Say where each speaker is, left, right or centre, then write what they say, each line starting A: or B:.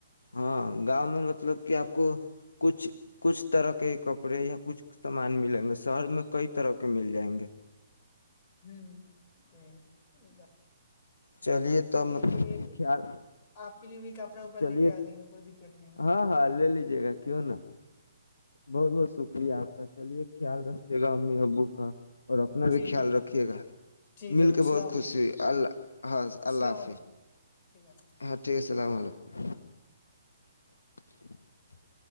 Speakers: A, on the left; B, on the left.
A: ہاں گاؤں میں مطلب کہ آپ کو کچھ کچھ طرح کے کپڑے یا کچھ سامان ملیں گے شہر میں کئی طرح کے مل جائیں گے
B: <unintelligible>
A: چلیے
B: کے
A: ت
B: لیے
A: خیال
B: آپ کے لیے بھی کپڑا وپڑا لے
A: چلیے
B: کے آ جائیں گے کوئی دقت نہیں ہے
A: ہاں ہاں لے لیجیے گا کیوں نا بہت بہت شکریہ آپ کا چلیے خیال رکھیے گا امی ابو کا اور اپنا بھی
B: ٹھیک
A: خیال
B: ہے
A: رکھیے گا
B: ٹھیک
A: مل
B: ہے بھائی
A: کے
B: السلام
A: بہت
B: علیکم
A: خوشی ہوئی اللہ
B: السلام علیکم ٹھیک ہے
A: <unintelligible> السلام علیکم <inaudible>